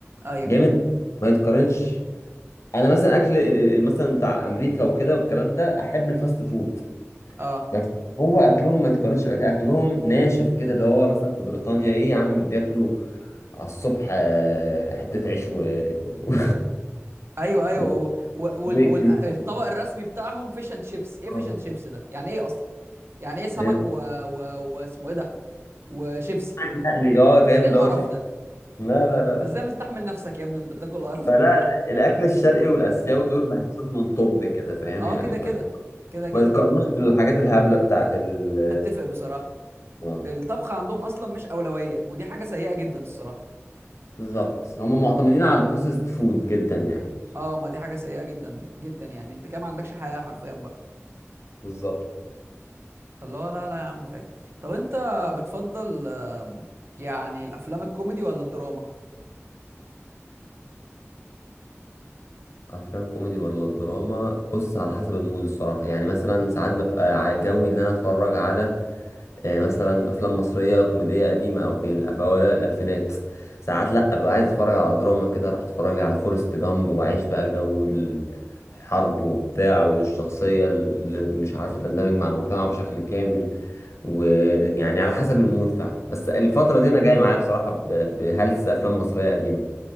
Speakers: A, on the right; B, on the left.
A: ايوه
B: جامد ما يتقارنش انا مثلا اكل ال- ال- مثلا بتاع امريكا وكده والكلام ده احب الفاست فود
A: اه
B: بس هو اكلهم ما تقارنش بأكل اكلهم ناشف كده اللي هو مثلا في بريطانيا ايه يا عم بياكلوا على الصبح آه، حتة عيش و <laughs>
A: ايوه ايوه
B: و-
A: و... و... وال...
B: وبيكن
A: وال... الطبق الرسمي بتاعهم فيش اند شيبس ايه
B: اه
A: فيش اند شيبس ده يعني ايه اصلا يعني ايه سمك
B: هنا
A: و... و... واسمه ايه ده وشيبسي
B: مقلي اه فاهم
A: ايه
B: اللي
A: القرف
B: هو شيء
A: ده
B: لا لا لا
A: انت
B: لا
A: ازاي مستحمل نفسك يا ابني وانت بتاكل القرف
B: فلا
A: ده؟
B: الاكل الشرقي والاسيوي دول بحسهم من طب كده فاهم
A: اه
B: يعني
A: كده
B: ما
A: كده كده كده
B: ما تقارنوش بالحاجات الهبلة بتاعت ال
A: اتفق بصراحه
B: اه
A: الطبخ عندهم اصلا مش اولويه ودي حاجه سيئه جدا الصراحه
B: بالظبط هم معتمدين على البروسيسد فود جدا يعني
A: اه ما دي حاجه سيئه جدا جدا يعني انت كده ما عندكش حياه حرفيا بقى
B: بالظبط
A: فاللي هو لا لا يا عم فاكس طب انت بتفضل آم، يعني الافلام الكوميدي ولا الدراما
B: افلام كوميدي ولا الدراما بص على حسب المود الصراحه يعني مثلا ساعات ببقى ع- جوي ان انا اتفرج على آه، مثلا افلام مصريه كوميديه قديمه او في الأف- اوائل الالفينات ساعات لا ابقى عايز اتفرج على دراما كده اروح اتفرج لي على فورست جامب واعيش بقى جو الحرب وبتاع والشخصيه اللي مش عارفه تندمج مع المجتمع بشكل كامل ويعني على حسب المود فعلا بس الفتره دي انا جاي معايا بصراحه ب- بهلس افلام مصريه قديمه